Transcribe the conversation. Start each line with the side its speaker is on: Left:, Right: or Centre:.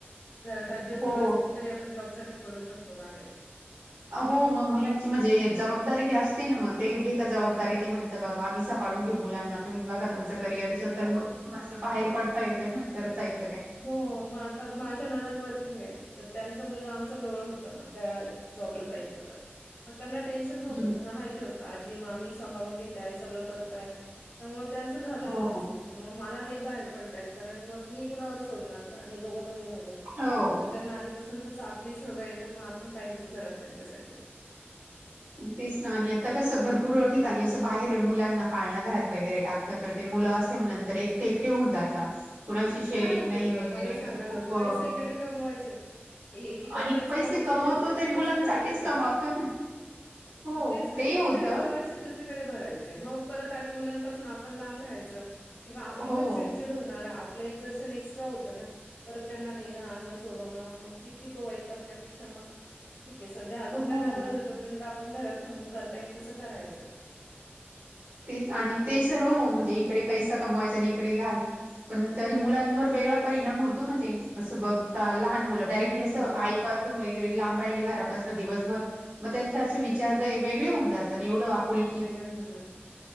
Left: घरात आजी आजोबा
Right: हो
Left: असतील तरी आपण जॉब साठी पडू शकतो बाहेर.
Right: अ हो मग मुलांची म्हणजे जबाबदारी जे असते ना मग, ते घेता जबाबदारी ते म्हण ता बाबा आम्ही संभाळून घेऊ मुलांना, तुम्ही बघा तुमचं करिअरचं,
Left: हो
Right: तर मग असं बाहेर पडता येतं ना करता येत
Left: हो म आत माझ्या ननंद वर्किंग आहे, तर त्यांचा मुलगा आमच्या जवळ होता मग त्या जॉबला जायच्या तर मग त्यांना टेन्शन नव्हतं,,
Right: हं,
Left: त्यांना माहिती होतं आजी, मामी सांभाळून घेतायत, सगळं करतायत त्यामुळं त्यांचं झालं
Right: हो,
Left: व्यवस्थित,
Right: हो.
Left: पण मग मला नाही बाहेर पडता येत, कारण मग मी कुणावर सोडणार ना? आणि दोघ, दोघं मुलं
Right: हो.
Left: बर त्यांना आधी पासुन जसं आपली सवय आहे, तर मग आपण पाहिजेच घरात त्यांच्यासाठी.
Right: तेच ना, आणि आता कसं भरपूर ठिकाणी असं बाहेर मुलांना पाळणा घरात वगैरे टाक तात, तर ते मुलं असे म नंतर एकटे एकटे होऊन जाता. कुणाशी
Left: की
Right: शेअरिंग
Left: काय उपयोग
Right: नाही
Left: ना
Right: वगैरे
Left: मला सांगा,,
Right: असं खूप अ,
Left: पैसे इकडे कमवायचे एकीकडं
Right: आणि
Left: पैसे कमवायचे
Right: कमवतो
Left: आणि तेच पैसे
Right: तरी
Left: दुसरीकडं
Right: मुलांसाठीच
Left: भरवायचे.
Right: कमावतो ना. हो,
Left: मग तेच ना,,
Right: ते
Left: एकीकडे
Right: होतं.
Left: कमावाय च दुसरीकडे भरायचे,, मग परत आणि मुलांपासून आपण लांब राहायचं. किंवा आपली
Right: हो,
Left: पण चिडचिड होणार, आपलं एगजरशन एक्स्ट्रा होतं ना? परत त्यांना नेणं, आणणं, सोडवणं मग किती तो एक तर त्यापेक्षा मग ठीक आहे, सध्या अजून
Right: हो.
Left: त्यांना गरज आहे यतोपर्यंत आपण घरात थांबून करता येईल तसं करायचं.
Right: तेच आणि ते सर्व होऊन म्हणजे, इकडे पैसा कमवायचा आणि इकडे घाल पण तरी मुलांवर वेगळा परिणाम होतो ना ते,, असं बघ आता लहान मुलं
Left: हम्म
Right: डायरेक्टली असं, आईपासून वगैरे लांब राहिले घरापासून दिवसभर मग त्यांचा असे विचार व वेगळे होऊन जात, आणि एवढं आपुल
Left: वेगळं होऊन जातं.